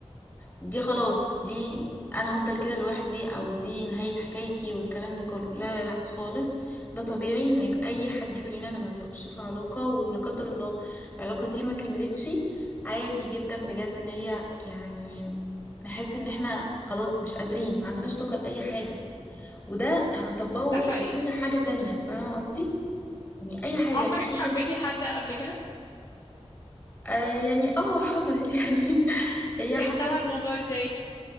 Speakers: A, on the left; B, on the left.
A: دي خلاص دي انا هفضل كده لوحدي او دي نهاية حكايتي والكلام ده كله لا لا لا خالص ده طبيعي انك اي حد فينا لما بيخش في علاقة ولا قدر الله العلاقة دي ما كملتش عادي جدا بجد ان هي يعني نحس ان احنا خلاص مش قادرين ما عندناش طاقة لأي حاجة وده هنطبقه
B: ده حقيقي
A: لأي حاجة تانية فاهمة قصدي؟ يعني أي حاجة
B: عمرك
A: مش شرط
B: حبيتي
A: بس-
B: حد قبل كده
A: آه يعني اه حصلت يعني <laughs> هي حصلت
B: انتهى الموضوع ازاي